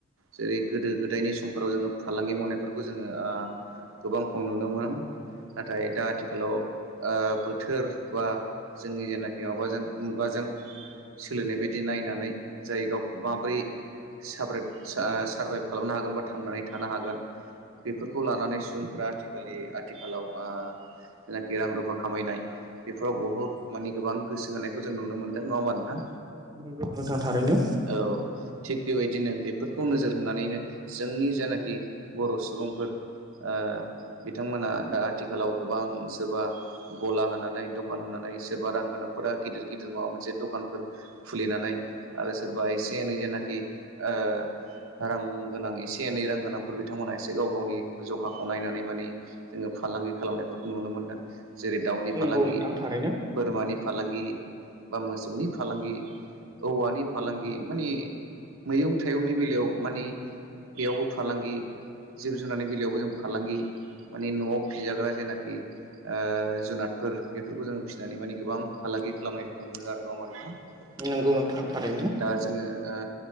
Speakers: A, on the right; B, on the right.
A: जेरै गोदो गोदायनि समफोराव जोङो फालांगि मावनायफोरखौ जोङो ओ गोबां खम नुनो मोनोमोन। नाथाय दा आथिखालाव ओ बोथोर बा जोंनि जेनाखि माबाजों मुगाजों सोलिनाय बायदि नायनानै जाय गावखौ माबोरै साब्रोब सा सारभाइभ खालामनो हागोन बा थांनानै थानो हागोन बेफोरखौ लानानै फ्रा आथिखालि आथिखालाव ओ जायनाखि रां रुफा खामायनाय बेफोराव बुहुद माने गोबां गोसो होनायखौ जों नुनो मोनदों नङा होमबा नोंथां?
B: नंगौ नोंथां थारैनो।
A: औ थिग बेबायदिनो बेफोरखौ नोजोर होनानैनो जोंनि जानाखि बर' सुबुंफोर ओ बिथांमोना दा आथिखालाव गोबां सोरबा गला होननानै दखान होनानै सोरबा रां गोनांफोरा गिदिर गिदिर माबा मोनसे दखानफोर खुलिनानै आरो सोरबा एसे एनै जेन नाखि ओ रां गोनां एसे एनै रां गोनांफोर बिथांमोनहा एसे गाव गावनि जखाखौ नायनानै माने जोंङो फालांगि खालामनायफोरखौ नुनो मोनदों। जेरै दाउनि फालांगि,
B: नंगौ नोंथां थारैनो
A: बोरमानि फालांगि बा मोसौनि फालांगि, औवानि फालांगि मानि मैगं थाइंनि बेलायाव मानि बेयावबो फालांगि जिब जुनारनि बेलायाव बो फालांगि मानि न'आव फिजाग्रा जेनाखि ओ जुनादफोर बेफोरखौ जों फिनानै माने गोबां फालां गि खालामनाय नुनो मोनदों आरो नङा होमबा नोंथां? दा
B: नंगौ नोंथां थारैनो
A: जोंङो ओ